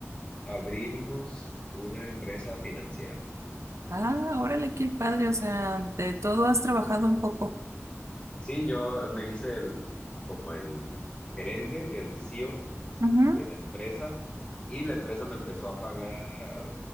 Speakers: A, on the left (about 20°); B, on the right (about 70°).
A: abrimos una empresa financiera.
B: Ah, órale, qué padre, o sea, de todo has trabajado un poco.
A: Sí, yo me hice el, como el gerente, el CEO
B: Ujú.
A: de la empresa y la empresa me empezó a pagar,